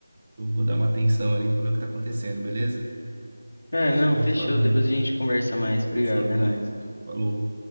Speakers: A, on the right; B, on the left.
A: eu vou dar uma atenção ali pra ver o que tá acontecendo, beleza?
B: Cara, não,
A: Vai
B: fechou.
A: se falando,
B: Depois
A: hein?
B: a gente conversa mais. Obrigado,
A: Fechou, tamo
B: é nóis.
A: junto. Falou.